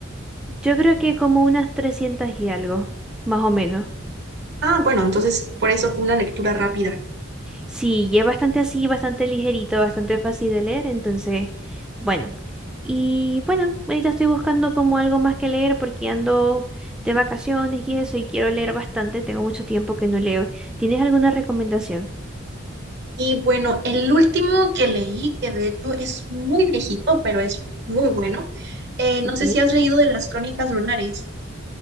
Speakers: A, in the centre; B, on the right.
A: Yo creo que como unas 300 y algo, más o menos.
B: Ah, bueno, entonces por eso fue una lectura rápida.
A: Sí, y es bastante así, bastante ligerito, bastante fácil de leer, entonces, bueno. Y bueno, ahorita estoy buscando como algo más que leer porque ando de vacaciones y eso y quiero leer bastante, tengo mucho tiempo que no leo. ¿Tienes alguna recomendación?
B: Y bueno, el último que leí, que de hecho es muy viejito, pero es muy bueno. eh, no
A: Ok.
B: sé si has leído de las Crónicas Lunares.